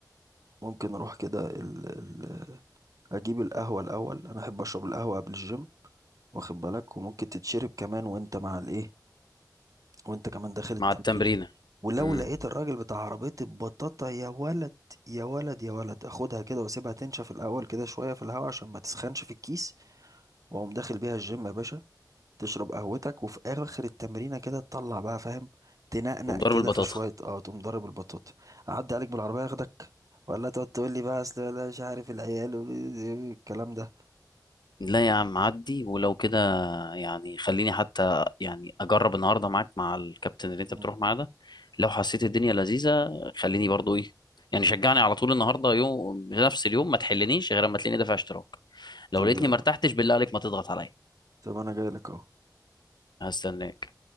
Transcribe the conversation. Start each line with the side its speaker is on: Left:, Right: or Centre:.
Right: ممكن أروح كده ال ال أجيب القهوة الأول أنا أحب أشرب القهوة قبل الجيم واخد بالك وممكن تتشرب كمان وأنت مع الإيه وانت كمان داخل التمرين
Left: مع التمرينة
Right: ولو
Left: امم
Right: لقيت الراجل بتاع عربية البطاطا يا ولد يا ولد يا ولد اخدها كده واسيبها تنشف الاول كده شوية في الهواء عشان ما تسخنش في الكيس واقوم داخل بيها الجيم يا باشا تشرب قهوتك وفي اخر التمرينة كده تطلع بقى فاهم تنقنق
Left: تقوم ضارب
Right: كده
Left: البطاطا
Right: في شوية اه تقوم ضارب البطاطا اعدي عليك بالعربية اخدك ولا تقعد تقول لي بقى اصل لا مش عارف العيال والكلام ده
Left: لا يا عم عدي ولو كده يعني خليني حتى يعني أجرب النهاردة معاك مع الكابتن اللي أنت
Right: مم.
Left: بتروح معاه ده لو حسيت الدنيا لذيذة خليني برضو إيه يعني شجعني على طول النهاردة يوم بنفس اليوم ما تحلنيش غير أما تلاقيني دافع اشتراك لو
Right: طب
Left: لقيتني
Right: يلا
Left: ما ارتحتش بالله عليك
Right: مم.
Left: ما تضغط عليا
Right: طب انا جاي لك اهو
Left: هستناك